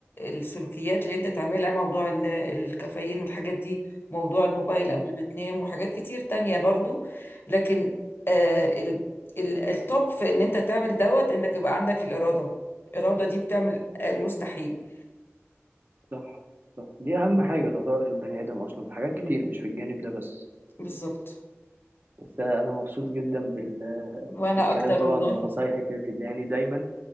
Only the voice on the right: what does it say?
مم.
صح صح دي أهم حاجة تعتبر في البني آدم أصلا في حاجات كتير
مش في الجانب ده بس
بس أنا مبسوط جدا بال...
بالكلام
طبعا
وبنصايحك اللي بتديهاني دايما